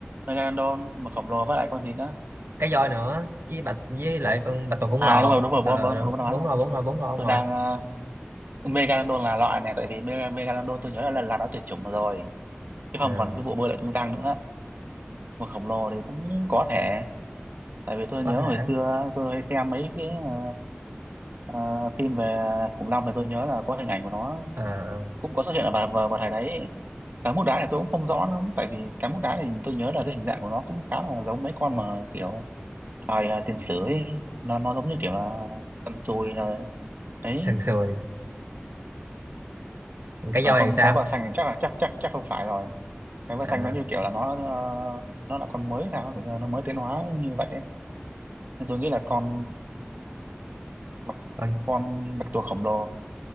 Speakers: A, on the right; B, on the right.
A: megalodon mà khổng lồ với lại con gì nữa
B: cá voi nữa với bạch với lại con bạch tuộc khổng
A: à
B: lồ
A: đúng rồi đúng rồi bon
B: ờ
A: bon
B: đúng,
A: đúng rồi đáp
B: bốn
A: án rồi
B: rồi bốn rồi bốn rồi bốn
A: tôi
B: rồi
A: đang ờ, megalodon là loại này tại vì mega- megalodon tôi nhớ là lần là nó tuyệt chủng rồi chứ không
B: Ờ,
A: còn cái vụ bơi lội tung tăng nữa mà khổng lồ thì cũng có thể tại vì tôi
B: có
A: nhớ
B: hả
A: hồi xưa tôi hay xem mấy cái ờ, ờ, phim về khủng long thì tôi nhớ là có hình ảnh của nó
B: Ờ,
A: cũng có xuất hiện ở vào, vào, vào thời đấy cá mút đá thì tôi cũng không rõ lắm tại vì cá mút đá thì tôi nhớ là cái hình dạng của nó cũng khá là giống mấy con mà kiểu thời ờ, tiền sử ấy nó nó giống như kiểu là tần sùi là ấy
B: sần sùi còn cá
A: ở
B: voi
A: con
B: thì sao
A: cá vợ xanh thì chắc là chắc chắc chắc không phải rồi cá vợ
B: Ờ,
A: xanh nó như kiểu là nó ờ, nó là con mới sao kiểu như là nó mới tiến hóa như vậy nên tôi nghĩ là con bạch
B: con
A: con bạch tuộc khổng lồ